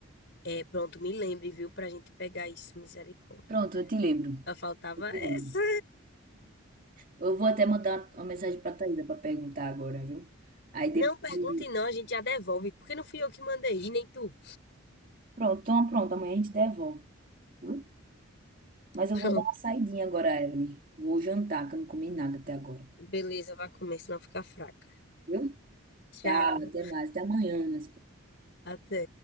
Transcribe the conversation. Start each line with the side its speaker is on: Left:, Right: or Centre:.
Left: É, pronto, me lembre, viu? Pra gente pegar isso, misericórdia.
Right: Pronto, eu te lembro.
Left: Só faltava
Right: Eu te
Left: essa.
Right: lembro. Eu vou até mandar uma mensagem pra Thaisa pra perguntar agora, viu? Aí depois.
Left: Não perguntem,
Right: eu-
Left: não, a gente já devolve, porque não fui eu que mandei, nem tu.
Right: Pronto, então pronto. Amanhã a gente devolve, viu? Mas
Left: Pronto,
Right: eu vou dar uma saidinha agora, Evelyn. Vou jantar, que eu não comi nada até agora.
Left: beleza, vai comer, senão fica fraca.
Right: Viu?
Left: Tchau,
Right: Tá. até mais. Até amanhã, né?
Left: até.